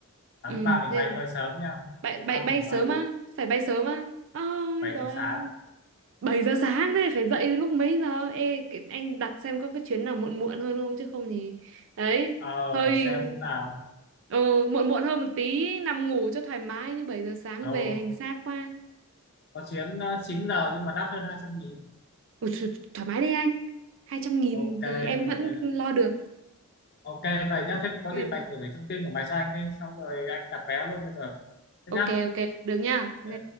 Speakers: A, on the left; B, on the right.
A: sáng
B: Ừ,
A: thứ ba mình
B: thế
A: bay hơi sớm nha
B: bay,
A: sáng thứ
B: bay,
A: ba
B: bay
A: mình
B: sớm
A: bay
B: á, phải bay sớm á. Ôi
A: bảy
B: rồi
A: giờ
B: ơi.
A: sáng
B: bảy giờ sáng thế phải dậy lúc mấy giờ? Ê, cái- anh đặt xem có cái chuyến nào muộn muộn hơn không chứ không thì đấy,
A: ờ
B: hơi
A: để xem như nào
B: ừ, muộn muộn hơn một tí nằm ngủ cho thoải mái như bảy giờ sáng
A: Ồ,
B: về hành xác quá.
A: có chuyến ờ, 9 giờ nhưng mà đắt hơn hai trăm nghìn.
B: Ủa, th thoải mái đi anh. hai trăm nghìn
A: Ok,
B: thì em vẫn
A: ok.
B: lo được.
A: Ok, vậy nhá. Thêm có
B: Em-
A: gì mày gửi thông tin của mày cho anh đi. Xong rồi anh đặt vé luôn bây giờ. Thế
B: Ok
A: nhá.
B: ok, được nha. Ok.
A: Ok,